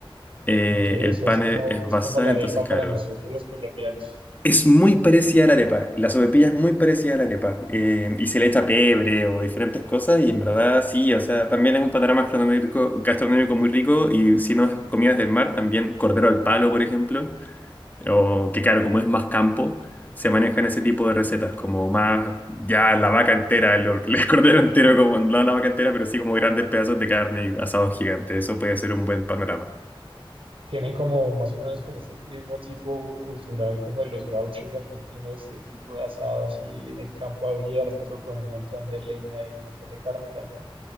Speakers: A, on the left; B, on the right.
A: Eh,
B: Ok,
A: el
B: o sea,
A: pan
B: es como,
A: es, es basal,
B: es como la
A: entonces
B: arepa
A: claro.
B: para nosotros los colombianos.
A: Es muy parecida a la arepa. La sopaipilla es muy parecida a la arepa. Eh, y se le echa pebre o diferentes cosas. Y en verdad sí, o sea, también es un panorama gastronómico, gastronómico muy rico. Y si no es comidas del mar, también cordero al palo, por ejemplo. O que claro, como es más campo, se manejan ese tipo de recetas. Como más ya la vaca entera, el, or- <laughs> el cordero entero, como no la vaca entera, pero sí como grandes pedazos de carne y asados gigantes. Eso puede ser un buen panorama.
B: Tienen como más o menos como este mismo tipo cultural como de los gauchos argentinos, este tipo de asado así en el campo abierto con un montón de leña y un montón de carne también.